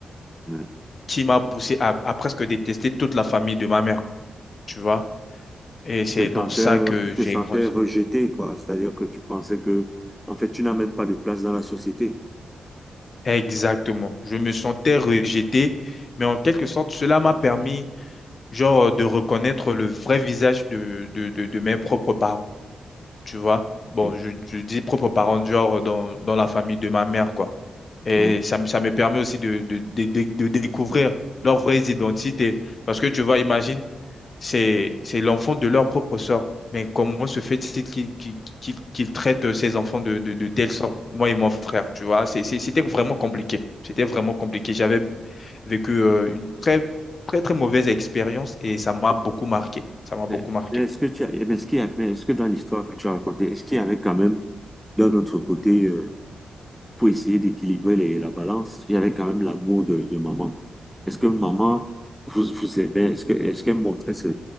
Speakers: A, in the centre; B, on the left.
A: Ouais.
B: qui m'a poussé à, à presque détester toute la famille de ma mère, tu vois. Et c'est
A: Tu te
B: dans
A: sentais,
B: ça que
A: tu te
B: j'ai
A: sentais
B: grandi.
A: rejeté, quoi. C'est-à-dire que tu pensais que, en fait, tu n'as même pas de place dans la société.
B: Exactement. Je me sentais rejeté, mais en quelque sorte, cela m'a permis, genre, de reconnaître le vrai visage de, de, de, de mes propres parents. tu vois.
A: Ok.
B: Bon, je, je dis propres parents de genre dans, dans la famille de ma mère, quoi. Et
A: Ouais.
B: ça, me- ça me permet aussi de, de, de, de, de découvrir leurs vraies identités. Parce que tu vois, imagine, c'est, c'est l'enfant de leur propre sort. Mais comment se fait-il qu'ils qu'ils qu'ils qu'ils traitent ces enfants de, de, de telle sorte, moi et mon frère, tu vois? C'est, c'est- c'était vraiment compliqué. C'était vraiment compliqué. J'avais vécu euh, une très, très, très mauvaise expérience et ça m'a beaucoup marqué. Ça m'a beaucoup
A: Mais
B: marqué.
A: mais est-ce que tu as, mais est-ce qu'il y a- mais est-ce que dans l'histoire que tu as racontée, est-ce qu'il y avait quand même, d'un autre côté, euh, pour essayer d'équilibrer les- la balance, il y avait quand même l'amour de, de maman. Est-ce que maman vous, vous aimait? Est-ce que, est-ce qu'elle montrait ce-